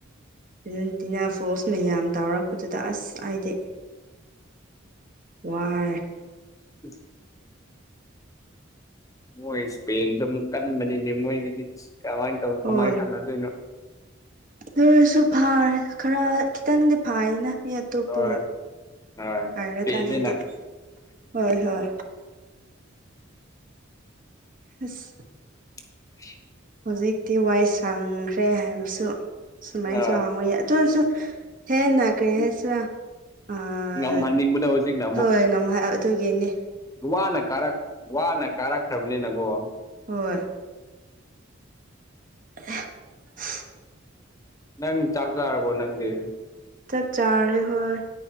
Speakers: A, on the right; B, on the left.
A: ꯑꯔꯖꯦꯟꯇꯤꯅꯥ ꯐꯣꯁ ꯃꯌꯥꯝ ꯇꯥꯎꯔꯛꯄꯗꯨꯗ ꯑꯁ ꯑꯥꯏꯗꯤ꯫ ꯋꯥꯔꯦ꯫
B: <inaudible> ꯃꯣꯏ ꯏꯁꯄꯦꯟꯒꯤꯁꯨ ꯑꯃꯨꯛ ꯀꯟꯕꯅꯤꯅꯦ ꯃꯣꯏꯒꯤꯗꯤ ꯑꯁ ꯀꯃꯥꯏꯅ ꯇꯧ
A: ꯍꯣꯏ
B: ꯀꯃꯥꯏ ꯁꯥꯅꯗꯣꯏꯅꯣ꯫
A: ꯑꯗꯨꯑꯣꯏꯔꯁꯨ ꯐꯥꯏ ꯈꯔ ꯈꯤꯇꯪꯗꯤ ꯐꯥꯏꯌꯦꯅ ꯃꯤ ꯇꯣꯞꯄ
B: ꯍꯣꯏ ꯍꯣꯏ ꯏꯁꯄꯦꯟꯅꯤꯅ
A: ꯍꯥꯏꯔꯀꯥꯟꯗꯗꯤ ꯍꯣꯏ ꯍꯣꯏ꯫ ꯑꯁ
B: <unintelligible>
A: ꯍꯧꯖꯤꯛꯇꯤ ꯋꯥꯏ ꯁꯪꯈ꯭ꯔꯦ ꯍꯥꯏꯕꯁꯨ ꯁꯨꯃꯥꯏꯟꯁꯨ
B: ꯑꯥ
A: ꯍꯥꯡꯕ ꯌꯥꯏ ꯑꯗꯨ ꯑꯣꯏꯔꯁꯨ ꯍꯦꯟꯅ ꯀꯔꯤ ꯍꯦꯁꯦꯔꯥ ꯑꯥ
B: ꯉꯝꯍꯟꯅꯤꯡꯕꯗꯣ ꯍꯧꯖꯤꯛꯅ ꯑꯃꯨꯛ
A: ꯍꯣꯏ ꯉꯝꯍꯥ ꯇꯨꯒꯤꯅꯦ꯫
B: ꯋꯥꯅ ꯀꯥꯔꯛ ꯋꯥꯅ ꯀꯥꯔꯛꯈ꯭ꯔꯕꯅꯤꯅꯀꯣ꯫
A: ꯍꯣꯏ꯫ <unintelligible>
B: ꯅꯪ ꯆꯥꯛ ꯆꯥꯔꯕꯣ ꯅꯪꯗꯤ?
A: ꯆꯛ ꯆꯥꯔꯦ ꯍꯣꯏ꯫